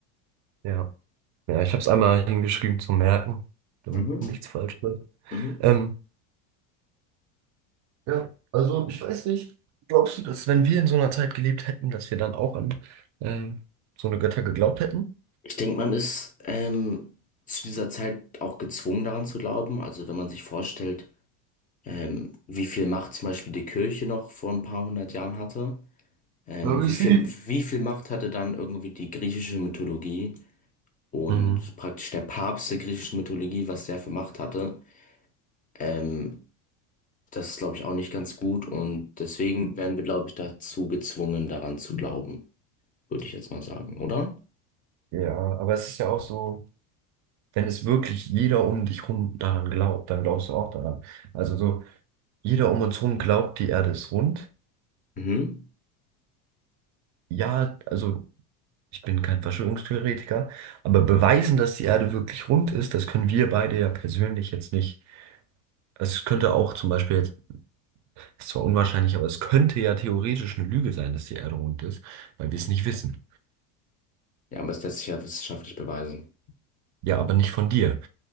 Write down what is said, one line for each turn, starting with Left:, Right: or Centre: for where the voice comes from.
Right: ja. Ja, ich habe es einmal hingeschrieben zum Merken, damit
Left: Mhm.
Right: nichts falsch wird.
Left: Mhm.
Right: Ähm, ja, also ich weiß nicht. Glaubst du, dass wenn wir in so einer Zeit gelebt hätten, dass wir dann auch an ähm, so eine Götter geglaubt hätten?
Left: Ich denke, man ist ähm, zu dieser Zeit auch gezwungen daran zu glauben. Also wenn man sich vorstellt, ähm, wie viel Macht zum Beispiel die Kirche noch vor ein paar hundert Jahren hatte, ähm,
Right: Ja, wir
Left: wie
Right: sehen.
Left: viel, wie viel Macht hatte dann irgendwie die griechische Mythologie und
Right: Mhm.
Left: praktisch der Papst der griechischen Mythologie, was der für Macht hatte. Ähm, das ist, glaube ich, auch nicht ganz gut und deswegen werden wir, glaube ich, dazu gezwungen, daran zu glauben, würde ich jetzt mal sagen, oder?
Right: Ja, aber es ist ja auch so, wenn es wirklich jeder um dich rum daran glaubt, dann glaubst du auch daran. Also so, Jeder um uns herum glaubt, die Erde ist rund.
Left: Mhm.
Right: Ja, also ich bin kein Verschwörungstheoretiker, aber beweisen, dass die Erde wirklich rund ist, das können wir beide ja persönlich jetzt nicht. Es könnte auch zum Beispiel jetzt, ist zwar unwahrscheinlich, aber es könnte ja theoretisch eine Lüge sein, dass die Erde rund ist, weil wir es nicht wissen.
Left: Ja, aber es lässt sich ja wissenschaftlich beweisen.
Right: Ja, aber nicht von dir.